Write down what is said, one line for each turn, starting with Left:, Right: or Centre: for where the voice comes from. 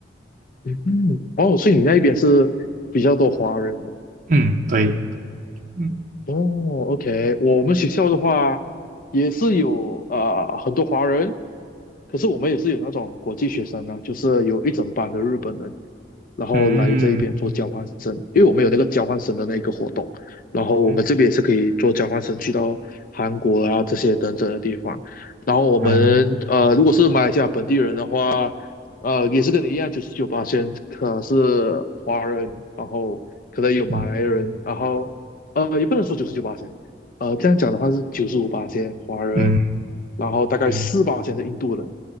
Left: 嗯，哦，所以你那边是比较多华人的。
Right: 嗯，嗯对，嗯
Left: 哦，OK，我们学校的话也是有啊、呃很多华人，可是我们也是有那种国际学生呢，就是有一整班的日本人，然后来这一边做交换生，
Right: 嗯
Left: 因为我们有那个交换生的那个活动，然后我们这边也是可以做交换生去到韩国啊这些等等的地方，
Right: 嗯
Left: 然后我们呃如果是马来西亚本地人的话，
Right: 啊
Left: 呃也是跟你一样，九十九八千可是华人，然后可能有马来人，
Right: 嗯
Left: 然后。呃，也不能说九十九八仙，呃，这样讲的话是九十五八仙华人，
Right: 嗯，
Left: 然后大概四八仙的印度人，
Right: 对，